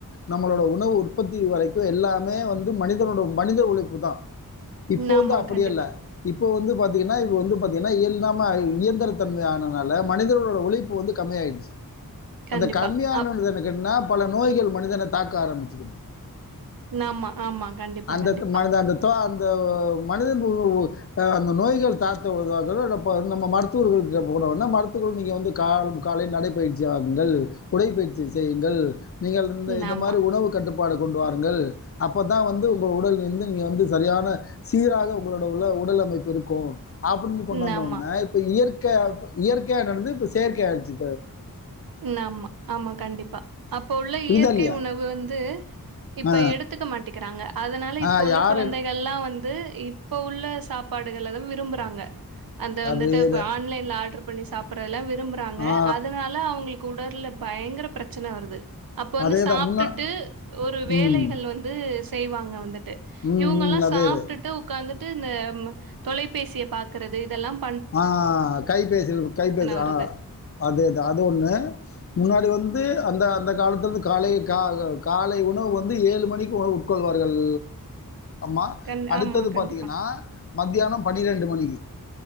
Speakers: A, on the left; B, on the right.
A: நம்மளோட உணவு உற்பத்தி வரைக்கும் எல்லாமே வந்து மனிதனோட மனித உழைப்பு தான் இப்ப
B: ம் ஆமா
A: வந்து அப்படியல்ல
B: கண்டிப்பா
A: இப்ப வந்து பாத்தீங்கன்னா இப்ப வந்து பாத் ஏன்னா இயங்காம இயந்திரத்தன்மையானவ னால மனிதர்களோட உழைப்பு வந்து கம்மியாயிடுச்சு
B: கண்டிப்பா
A: அந்த கம்மியானது
B: அப்
A: எனக்கு என்னா பல நோய்கள் மனிதனை தாக்க ஆரம்பிச்சிருச்சு
B: ஆமா ஆமா கண்டிப்பா
A: அந்த
B: கண்டிப்பா
A: த்து மனத அந்த த அந்த மனித <unintelligible> ஓஓஅந்த நோய்கள் தாக்க வருவா நம்ம மருத்துவர்கள் போனஉடனே மருத்துவர் நீங்க வந்து காலை நடைபயிற்சி ஆகுங்கள் உடைப்பயிற்சி செய்யுங்கள் நீங்கள் இந்த
B: ம்
A: இந்த
B: ஆமா
A: மாரி உணவு கட்டுப்பாடு கொண்டு வாருங்கள் அப்பதா வந்து உங்க உடல் வந்து நீங்க வந்து சரியான சீராக உங்களோட உள உடல் அமைப்பு இருக்கு அப்டின்னு கொண்டு
B: ம்
A: வந்தோன
B: ஆமா
A: இப்ப இயற் க்க இயற்கைய நடந்து இப்ப செயற்கைய ஆயீச்சு
B: நமா ஆமா கண்டிப்பா அப்போ உள்ள
A: புரியுதா
B: இயற்கை
A: இல்லையா
B: உணவு வந்து இப்ப
A: ஆ
B: எடுத்துக்க மாட்டிக்கிறாங்க அதனால
A: ஆ
B: இப்ப உள்ள
A: யார்
B: குழந்தைகள்லாம்
A: அது
B: வந்து இப்ப உள்ள சாப்பாடுகள்த விரும்புறாங்க அந்த வந்துட்டு
A: அதே
B: இ
A: தான்
B: ஆன்லைன்ல ஆர்டர் பண்ணி சாப்ப <unintelligible> விரும்புறாங்க
A: ஆ
B: அதனால அவங்க உடர்ல பயங்கர பிரச்சன வருது அப்ப வந்து
A: அதே
B: சாப்பிட்டுட்டு
A: தான் முன்னா
B: ஒரு வேலைகள்
A: ம்.
B: வந்து செய்வாங்க வந்துட்டு
A: ம்,
B: இவங்க எல்லாம்
A: ம். அதேது.
B: சாப்பிட்டுட்டு உட்கார்ந்துட <unintelligible> ம தொலைபேசிய பார்க்கறிறது இதெல்லாம்
A: ஆஹ் கைபேச கைபேச
B: வருது
A: ஆஹ் அது இ அது ஒண்ணு முன்னாடி வந்து அந்த அந்த காலத்திருந்து காலை காலை உணவு வந்து ஏழு மணிக்கு உணவு உட்கொள்வார்கள் மா
B: கண்
A: அடுத்தது
B: ஆமா கண்டிப்பா
A: பாரத்தீங்கன்னா மத்தியானம் பன்னிரெண்டு மணி